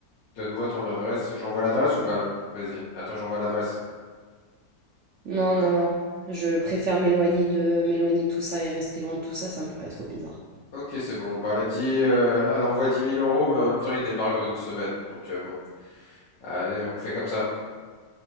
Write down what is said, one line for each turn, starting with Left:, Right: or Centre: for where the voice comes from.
Left: Donne-moi ton adresse. J'envoie l'adresse ou pas? Vas-y. Attends, j'envoie l'adresse.
Right: Non, non, non. Je préfère m'éloigner de, m'éloigner de tout ça et rester loin de tout ça, ça me paraît trop bizarre.
Left: Ok, c'est bon. Bah, elle a dit, euh, elle, elle envoie dix mille euros, mais en même temps, il débarque dans une semaine. Donc, euh, bon. Allez, on fait comme ça.